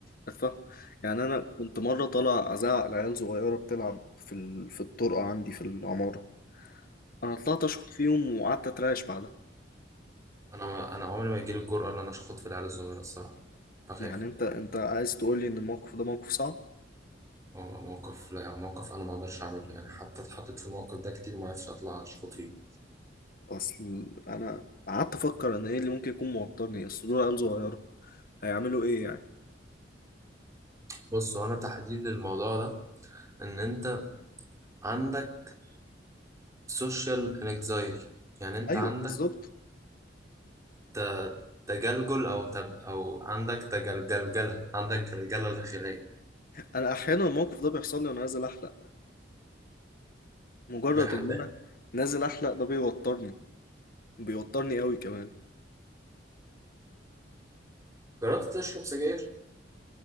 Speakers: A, on the left; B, on the right.
A: اتفه يعني انا كنت مره طالع ازعق لعيال صغيره بتلعب في ال... في الطرقه عندي في العماره انا طلعت اشخط فيهم وقعدت اترعش بعدها
B: أنا أنا عمري ما يجيلي الجرأة إن أنا أشخط في العيال الصغيرة الصراحة بخاف
A: يعني انت انت عايز تقول لي ان الموقف ده موقف صعب
B: مو- موقف لا موقف انا ما اقدرش اعمله يعني حتى اتحطيت في الموقف ده كتير وما عرفتش اطلع اشخط فيه
A: اصل انا قعدت افكر ان ايه اللي ممكن يكون موترني اصل دول عيال صغيره هيعملوا ايه يعني
B: بص هو انا تحديد للموضوع ده ان انت عندك سوشيال انكزايتي يعني انت
A: ايوه
B: عندك
A: بالظبط
B: ت- تجلجل او تب او عندك تجلجلجله عندك جلجله داخليه
A: انا احيانا الموقف ده بيحصل لي وانا نازل احلق مجرد
B: من الحلاق
A: ان انا نازل احلق ده بيوترني بيوترني قوي كمان
B: جربت تشرب سجاير